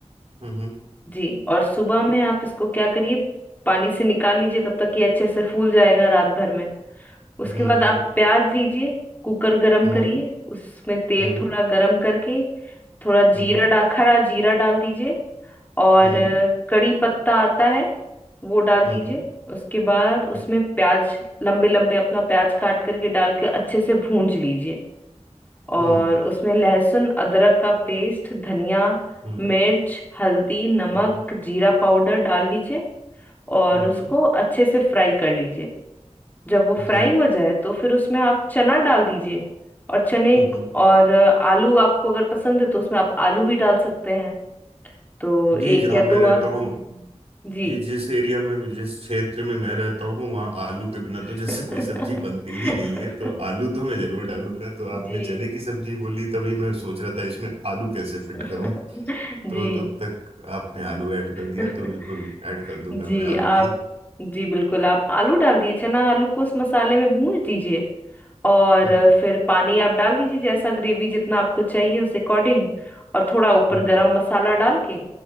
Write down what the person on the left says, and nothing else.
जी और सुबह में आप इसको क्या करिए पानी से निकाल लीजिए तब तक ये अच्छे से फूल जाएगा रात भर में उसके
बाद आप
प्याज लीजिए कुकर गरम
करिए उसमें तेल
थोड़ा गरम करके थोड़ा
जीरा डा खड़ा जीरा डाल दीजिए और
अ, कड़ी पत्ता आता है वो डाल
दीजिए उसके बाद
उसमें प्याज लंबे लंबे अपना प्याज काट करके डाल के अच्छे से भूंज लीजिए और
उसमें लहसुन अदरक का पेस्ट धनिया
मिर्च हल्दी नमक
जीरा पाउडर डाल लीजिए और
उसको
अच्छे से फ्राई कर लीजिए जब वो फ्राई
हो जाए तो फिर उसमें आप चना डाल दीजिए और चने
और अ, आलू आपको अगर पसंद है तो उसमें आप आलू भी डाल सकते हैं तो एक
या
दो
आ...
जी
<laughs>
जी
<laughs>
जी
<laughs>
जी
आप
जी बिल्कुल आप आलू डाल दिए चना आलू को उस मसाले में भून दीजिए और
फिर पानी आप डाल लीजिए जैसा ग्रेवी जितना आपको चाहिए उस अकॉर्डिंग और थोड़ा ऊपर
गरम मसाला डाल के